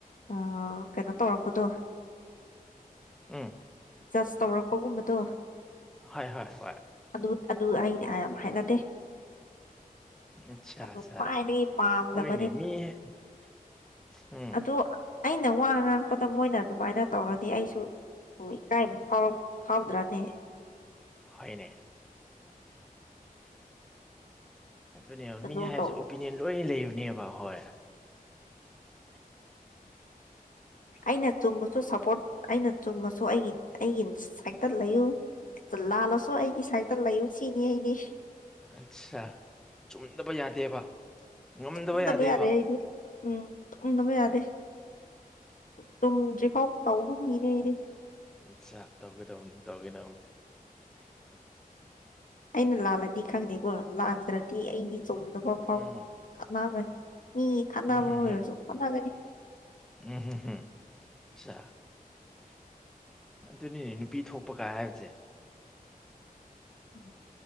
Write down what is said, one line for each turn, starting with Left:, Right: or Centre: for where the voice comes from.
Left: ꯑ ꯀꯩꯅꯣ ꯇꯧꯔꯛꯄꯗꯣ
Centre: ꯎꯝ
Left: ꯖꯁ ꯇꯧꯔꯛꯄꯒꯨꯝꯕꯗꯣ
Centre: ꯍꯣꯏ ꯍꯣꯏ ꯍꯣꯏ
Left: ꯑꯗꯨ ꯑꯗꯨ ꯑꯩꯅꯤ ꯑꯌꯥꯝ ꯍꯥꯏꯅꯗꯦ
Centre: ꯑꯠꯆꯥ
Left: ꯑꯗꯨ
Centre: ꯑꯠꯆꯥ
Left: ꯈ꯭ꯋꯥꯏꯗꯒꯤ ꯄꯥꯝꯗꯕ
Centre: ꯍꯣꯏꯅꯦ ꯃꯤ ꯎꯝ
Left: ꯑꯗꯨ ꯑꯩꯅ ꯋꯥ ꯉꯥꯡꯄꯗ ꯃꯣꯏꯅ ꯑꯗꯨꯃꯥꯏꯅ ꯇꯧꯔꯗꯤ ꯑꯩꯁꯨ ꯍꯣꯏ ꯏꯀꯥꯏꯅ ꯐꯥꯎ ꯐꯥꯎꯗ꯭ꯔꯥꯅꯦ
Centre: ꯍꯅꯦ ꯑꯗꯨꯅꯦꯕ
Left: ꯑꯗꯨ
Centre: ꯃꯤꯅꯦ ꯍꯥꯏꯕꯁꯦ
Left: ꯇꯧꯗ
Centre: ꯑꯣꯄꯤꯅꯤꯌꯟ ꯂꯣꯏ ꯂꯩꯔꯨꯅꯦꯕ ꯍꯣꯏ
Left: ꯑꯩꯅ ꯆꯨꯝꯕꯁꯨ ꯁꯞꯄꯣꯔꯠ ꯑꯩꯅ ꯆꯨꯝꯕꯁꯨ ꯑꯩꯒꯤ ꯑꯩꯒꯤ ꯁꯥꯏꯠꯇ ꯂꯩꯌꯨ ꯂꯥꯜꯂꯁꯨ ꯑꯩꯒꯤ ꯁꯥꯏꯠꯇ ꯂꯩꯌꯨ ꯁꯤꯅꯤ ꯑꯩꯅꯤ
Centre: ꯑꯠꯆꯥ ꯆꯨꯝꯗꯕ ꯌꯥꯗꯦꯕ ꯉꯝꯗꯕ
Left: ꯆꯨꯝꯗꯕ
Centre: ꯌꯥꯗꯦꯕ
Left: ꯌꯥꯗꯦ ꯑꯩꯗꯤ ꯎꯝ ꯆꯨꯝꯗꯕ ꯌꯥꯗꯦ ꯇꯨꯝ ꯗꯔꯤꯀꯥꯎ ꯇꯧꯕ ꯃꯤꯅꯦ ꯑꯩꯅꯦ
Centre: ꯑꯆꯥ ꯇꯧꯒ ꯇꯧꯧꯕꯅꯤ ꯇꯧꯒꯦ ꯅꯧꯕꯅꯤ
Left: ꯑꯩꯅ ꯂꯥꯜꯂꯅꯤ ꯈꯪꯗꯦꯀꯣ ꯂꯥꯟꯗ꯭ꯔ ꯗꯤ ꯑꯩꯗꯤ ꯆꯨꯝꯗꯕ ꯐꯥꯎ
Centre: ꯎꯝ
Left: ꯈꯠꯅꯒꯅꯤ ꯃꯤ ꯈꯠꯅꯕ
Centre: ꯎꯝ ꯍꯝ
Left: ꯑꯣꯏꯔꯁꯨ
Centre: ꯍꯝ
Left: ꯈꯥꯟꯅꯒꯅꯤ
Centre: ꯎꯝ ꯍꯝ ꯍꯝ ꯑꯗꯨꯅꯤꯅꯦ ꯅꯨꯄꯤ ꯊꯣꯛꯄꯒ ꯍꯥꯏꯕꯁꯦ
Left: ꯎꯝ